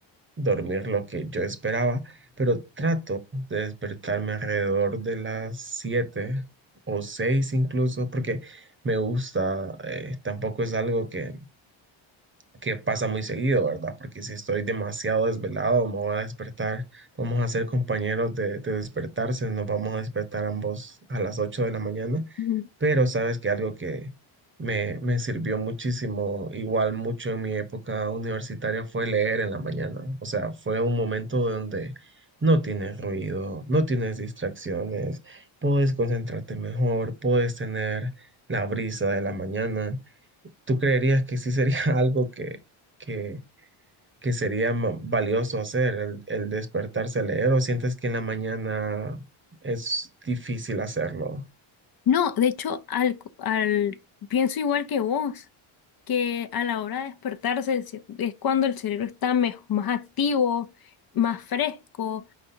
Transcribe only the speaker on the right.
dormir lo que yo esperaba, pero trato de despertarme alrededor de las 7 o 6 incluso, porque me gusta, eh, tampoco es algo que que pasa muy seguido, ¿verdad? Porque si estoy demasiado desvelado, me voy a despertar, vamos a ser compañeros de, de despertarse, nos vamos a despertar ambos a las 8 de la mañana,
pero sabes que algo que me, me sirvió muchísimo, igual mucho en mi época universitaria, fue leer en la mañana, o sea, fue un momento donde... No tienes ruido, no tienes distracciones, puedes concentrarte mejor, puedes tener la brisa de la mañana. ¿Tú creerías que sí sería <laughs> algo que, que, que sería ma- valioso hacer, el, el despertarse a leer, o sientes que en la mañana es difícil hacerlo?